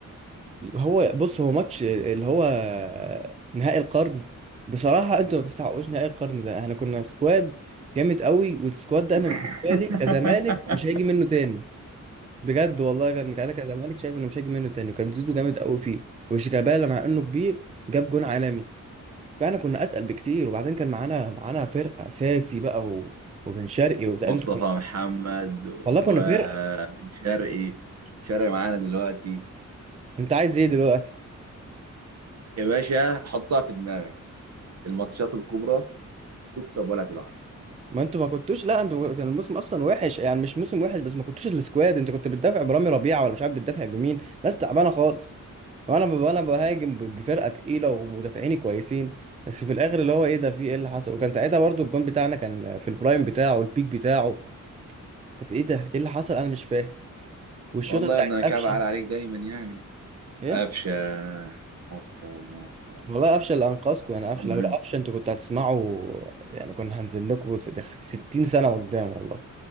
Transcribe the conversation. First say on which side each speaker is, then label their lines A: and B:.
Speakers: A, on the right (about 20°); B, on the right (about 55°).
A: هو بص هو ماتش اللي هو نهائي القرن بصراحة انتوا ما تستحقوش نهائي القرن ده احنا كنا سكواد جامد قوي والسكواد ده
B: <laughs>
A: انا بالنسبة لي كزمالك مش هيجي منه تاني بجد والله كان انا كزمالك شايف انه مش هيجي منه تاني وكان زيزو جامد قوي فيه وشيكابالا مع انه كبير جاب جون عالمي فاحنا كنا اتقل بكتير وبعدين كان معانا معانا فرقة اساسي بقى و... وبن شرقي وانتوا
B: مصطفى
A: كنتوا-
B: محمد
A: والله
B: وبن
A: كنا فرقة
B: شرقي شرقي معانا دلوقتي
A: انت عايز ايه دلوقتي
B: يا باشا حطها في دماغك الماتشات الكبرى تكسب ولا تلعب
A: ما انتوا ما كنتوش لا انتوا كان الموسم اصلا وحش يعني مش موسم وحش بس ما كنتوش السكواد انت كنت بتدافع برامي ربيعه ولا مش عارف بتدافع بمين ناس تعبانه خالص وانا ب- انا بهاجم ب- بفرقه تقيله ومدافعيني كويسين بس في الاخر اللي هو ايه ده في ايه اللي حصل وكان ساعتها برضو الجون بتاعنا كان في البرايم بتاعه البيك بتاعه طب ايه ده ايه اللي حصل انا مش فاهم والشوطه
B: والله
A: بتاعت
B: يا ابني انا كعب
A: قفشه
B: عال عليك دايما يعني
A: ايه
B: قفشه قفشه وجماعه قفشه
A: والله قفشه اللي انقذكم يعني قفشه
B: طمنا
A: لو قفشه
B: منك
A: انتوا كنتوا هتسمعوا يعني كنا هنزل لكم 60 سنه قدام والله